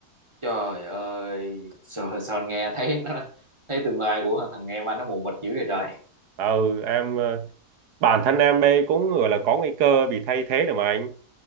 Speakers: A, on the right; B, on the right.
A: trời ơi sao, sao anh nghe thấy nó thấy tương lai của thằng em anh nó mù mịt dữ vậy trời
B: ừ em ờ, bản thân em đây cũng gọi là có nguy cơ bị thay thế được mà anh